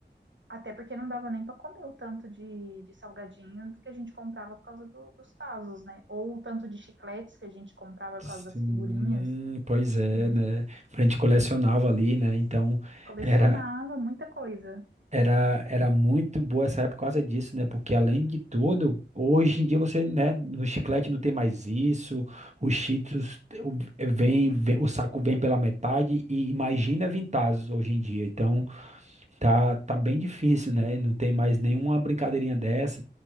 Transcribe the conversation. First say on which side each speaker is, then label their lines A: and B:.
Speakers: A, on the right; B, on the right.
A: até porque não dava nem para comer o tanto de, de salgadinho que a gente comprava por causa do- dos tazos, né? Ou o tanto de chicletes que a gente comprava
B: Sim,
A: por causa das figurinhas.
B: pois é,
A: Hum,
B: né? A gente colecionava ali, né? Então,
A: colecionava
B: era,
A: muita coisa.
B: Era, era muito boa essa época por causa disso, né? Porque além de tudo, hoje em dia você, né, no chiclete não tem mais isso, os Cheetos o- eh, vem, vem- o saco vem pela metade e imagina Vintazos hoje em dia. Então, tá, tá bem difícil, né? Não tem mais nenhuma brincadeirinha dessa.